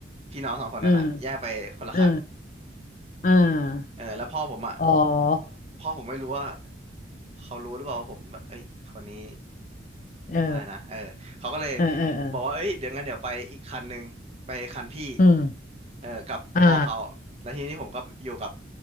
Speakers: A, on the right; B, on the left.
A: พี่น้องสองคนนั้นอะแยกไปคนละคัน
B: อืมเอออ่า
A: เออแล้วพ่อผมอ่ะ
B: อ๋อ
A: พ่อผมไม่รู้ว่าเขารู้หรือเปล่าว่าผมแบบเอ้ยคนนี้
B: เออ
A: ได้นะเออเขาก็เลย
B: เออเออเออ
A: บอกว่าเอ้ยเดี๋ยวงั้นเดี๋ยวไปอีกคันหนึ่งไปคันพี่
B: อืม
A: เออกับพ่อเขาแล้วทีนี้ผมก็อยู่กับ
B: อ่า